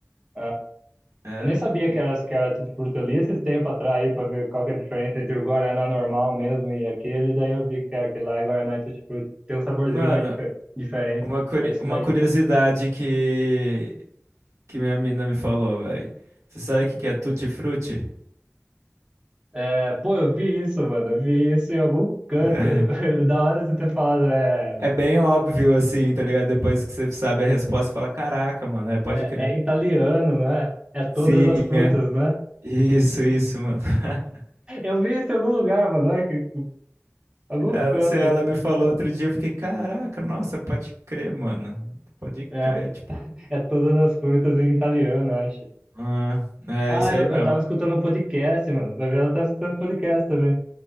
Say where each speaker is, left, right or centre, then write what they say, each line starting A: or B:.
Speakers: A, on the right; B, on the right.
A: ah,
B: É.
A: eu nem sabia
B: e-
A: que era, que era tutti-frutti. Eu li esses tempos atrás aí pra ver qual que é a diferença entre o Guaraná normal mesmo e aquele. Daí eu vi que é aquele lá é Guaraná e tutti-frutti. Tem um saborzinho
B: Mano,
A: mais dife- diferente.
B: uma, curi-
A: É isso
B: uma
A: daí.
B: curiosidade que... que minha mina me falou, velho. Você sabe o que que é tutti-frutti?
A: É, pô, eu vi isso, mano. Eu vi isso em algum canto.
B: <laughs>
A: <laughs> Da hora você ter falado, é,
B: É bem óbvio, assim, tá ligado? Depois que você sabe a resposta, você fala, caraca, mano, é, pode
A: é,
B: crer.
A: é em italiano, não é? É todas
B: Sim,
A: as frutas,
B: é.
A: né?
B: Isso, isso, mano. <laughs>
A: Eu vi isso em algum lugar, mano. ai, que- Algum
B: Eu
A: canto.
B: não sei, ela me falou outro dia, eu fiquei, caraca, nossa, pode crer, mano. Pode
A: É,
B: crer, tipo.
A: é todas as frutas em italiano, acho.
B: Ah, é
A: Ah,
B: isso
A: eu,
B: aí mesmo.
A: eu tava escutando um podcast, mano. Vai ver, ela tava escutando podcast também.